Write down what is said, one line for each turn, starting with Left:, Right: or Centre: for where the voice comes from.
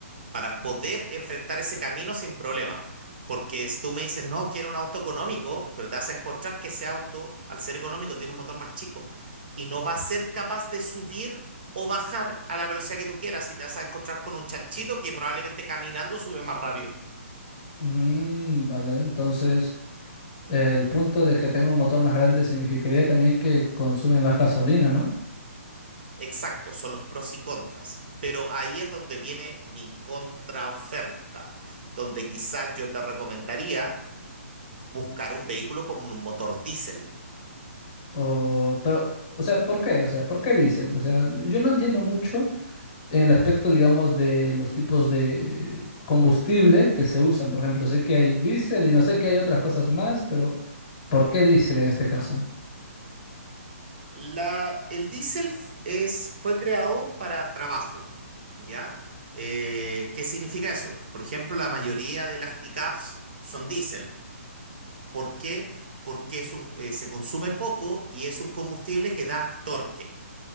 Right: para poder enfrentar ese camino sin problema. Porque si tú me dices, no, quiero un auto económico, pero te vas a encontrar que ese auto, al ser económico, tiene un motor más chico y no va a ser capaz de subir o bajar a la velocidad que tú quieras y te vas a encontrar con un chanchito que probablemente caminando sube más rápido.
Left: Mm, vale, entonces eh, el punto de que tenga un motor más grande significaría también que consume más gasolina, ¿no?
Right: Exacto, son los pros y contras. Pero ahí es donde viene mi contraoferta, donde quizás yo te recomendaría buscar un vehículo con un motor diésel.
Left: O, pero, o sea, ¿por qué? O sea, ¿por qué diésel? O sea, yo no entiendo mucho en el aspecto, digamos, de los tipos de combustible que se usan. Por ejemplo, sé que hay diésel y no sé que hay otras cosas más, pero ¿por qué diésel en este caso?
Right: La, el diésel f- es, fue creado para trabajo, ¿ya? Eh, ¿qué significa eso? Por ejemplo, la mayoría de las pickups son diésel. ¿Por qué? Porque es un- eh, se consume poco y es un combustible que da torque.